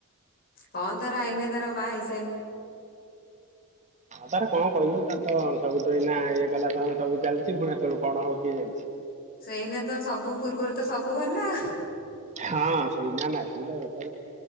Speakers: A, on the left; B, on the right.
A: ହ ତାର ଆଇନେ ତାର ବା ହେଇ
B: ହଁ ତାର କଣ କରିବ ତା ହଁ ସବୁ ତ ଏଇ ନା ଇଏ କଲା ସମୟ ସବୁ ଚାଲିଛି ପୁଣି ସେତେବେଳେକୁ କଣ ହବ କିଏ ଜାଣିଛି?
A: ସେଇନ ତ ସବୁପୂର୍ବରୁ ତ ସବୁ ଭଲ
B: ହଁ ସେଇଟ ନାଁ ସେଇଟା <unintelligible>